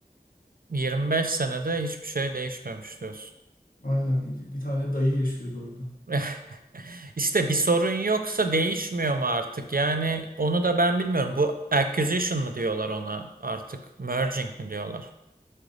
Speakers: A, on the right; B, on the left.
A: 25 senede hiçbir şey değişmemiş diyorsun.
B: Aynen. Bir tane dayı yaşıyordu orada.
A: <laughs> İşte bir sorun yoksa değişmiyor mu artık? Yani onu da ben bilmiyorum. Bu acquisition mı diyorlar ona artık? Merging mi diyorlar?